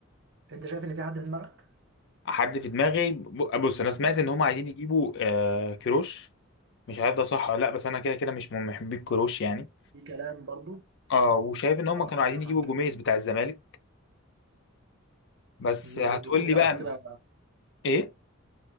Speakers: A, on the right; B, on the left.
A: انت شايف ان في حد في دماغك
B: حد في دماغي ب- بص انا سمعت ان هما عايزين
A: امم
B: يجيبوا آه، كيروش مش عارف ده صح ولا لا بس انا كده كده مش من محبي كيروش يعني
A: في كلام برضو
B: اه وشايف ان هما
A: اه
B: كانوا
A: في
B: عايزين
A: كلام
B: يجيبوا
A: عن كده
B: جوميز بتاع الزمالك بس
A: امم
B: هتقول
A: جوميز
B: لي بقى
A: على فكره
B: ايه